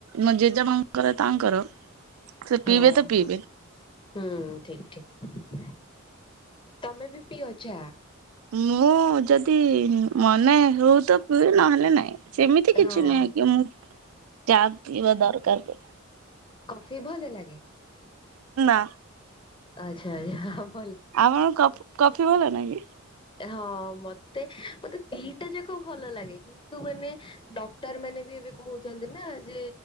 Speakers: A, on the right; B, on the left.
A: ମୋ ଜେଜେ ମାଙ୍କର ତାଙ୍କର ସେ
B: ହଁ
A: ପିଇବେ ତ
B: ହଁ
A: ପିଇବେ
B: ହୁଁ ଠିକ ଠିକ ତମେ ବି ପିଅ ଚା
A: ମୁଁ ଯଦି ମନେ ହଉ ତ ପିଏ ନହେଲେ ନାଇଁ ସେମିତି କିଛି
B: ହଁ
A: ନୁହେଁ ମୁ ଚା ପିଇବା ଦରକାର।
B: କଫି ଭଲ ଲାଗେ?
A: ନା
B: ଆଚ୍ଛା ଆଚ୍ଛା ହଉ
A: ଆମର କଫି କଫି ଭଲ ଲାଗେ?
B: ହଁ ମତେ ମତେ ଦିଟା ଯାକ ଭଲ ଲାଗେ କିନ୍ତୁ ମାନେ ଡକ୍ଟର ମାନେ ଏବେ କହୁଛନ୍ତି ନା ଯେ